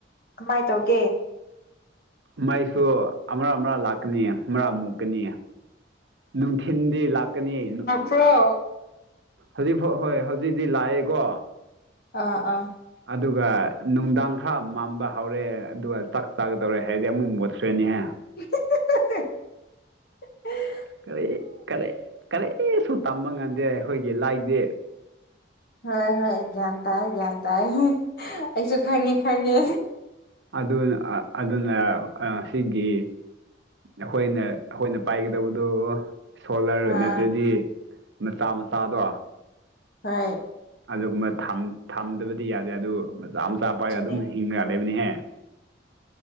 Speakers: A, on the left (about 55°); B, on the right (about 70°).
A: ꯀꯃꯥꯏ ꯇꯧꯒꯦ?
B: ꯃꯩꯁꯨ ꯑꯃꯔꯛ ꯑꯃꯔꯛ ꯂꯥꯛ ꯥꯀꯅꯤ ꯃꯔꯥ ꯃꯨꯛꯀꯅꯤ ꯅꯨꯡꯊꯤꯟꯗꯤ ꯂꯥꯛꯀꯅꯤ ꯅꯨ
A: ꯄ꯭ꯔꯣ꯫
B: ꯍꯧꯖꯤꯛꯐꯥꯎ ꯍꯣꯏ ꯍꯧꯖꯤꯛꯇꯤ ꯂꯥꯛꯑꯦꯀꯣ꯫
A: ꯑꯥ ꯑꯥ꯫
B: ꯑꯗꯨꯒ ꯅꯨꯡꯗꯥꯡ ꯈꯔ ꯃꯝꯕ ꯍꯧꯔꯦ ꯑꯗꯨꯒ ꯆꯥꯛ ꯆꯥꯒꯗꯧꯔꯦ ꯍꯥꯏꯔꯗꯤ ꯑꯃꯨꯛ ꯃꯣꯠꯈ꯭ꯔꯦꯅꯤꯍꯦ꯫
A: <unintelligible>
B: ꯀꯔꯤ? ꯀꯔꯤ ꯀꯔꯤꯁꯨ ꯇꯝꯕ ꯉꯝꯗꯦ ꯑꯩꯈꯣꯏꯒꯤ ꯂꯥꯏꯗꯤ꯫
A: ꯍꯣꯏ ꯍꯣꯏ ꯒ꯭ꯌꯥꯟ ꯇꯥꯏ ꯒ꯭ꯌꯥꯟ ꯇꯥꯏ ꯑꯩꯁꯨ ꯈꯪꯉꯦ ꯈꯪꯉꯦ꯫
B: ꯑꯗꯨꯅ ꯑ ꯑꯗꯨꯅ ꯑ ꯁꯤꯒꯤ ꯑꯍꯣꯏꯅ ꯑꯍꯣꯏꯅ ꯄꯥꯏꯒꯗꯧꯕꯗꯣ ꯁꯣꯂꯔ
A: ꯑꯥ
B: ꯅꯠꯇ꯭ꯔꯗꯤ ꯃꯆꯥ ꯃꯆꯥꯗꯣ
A: ꯍꯣꯏ
B: ꯑꯗꯨꯒꯨꯝꯕ ꯊꯝ ꯊꯝꯗꯕꯗꯤ ꯌꯥꯗꯦ ꯑꯗꯨ ꯃꯆꯥ ꯃꯆꯥ ꯄꯥꯏ
A: ꯑꯗꯨꯅꯦ
B: ꯑꯗꯨꯝ ꯍꯤꯡꯒꯥ ꯂꯩꯕꯅꯤꯍꯦ